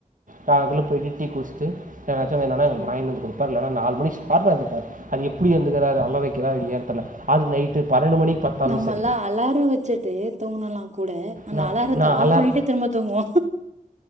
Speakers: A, on the right (about 85°); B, on the right (about 60°).
A: காலத்துல போயிட்டு டீ குடிச்ட்டு எதாச்சு வேனுனா எனக்கு
B: ம்
A: ஒரு ஆயின்மென்ட் குடுப்பார் இல்லனா நாலு மணிக்கு ஷார்பா எந்திரிப்பார் அது எப்டி எந்திக்கிறார் அளா வைக்கிறாரா இல்லையானு தெர்ல அது நைட்டு பன்னெண்டு மணிக்கு பார்த்தாலும்
B: நம்மல்லா
A: சரி
B: அலாரோ வெச்சிட்டு தூங்கலா கூட அந்த
A: நான்
B: அலாரத்த
A: நான் அலார்
B: ஆஃப் பண்ணிட்டு திரும்ப தூங்குவோ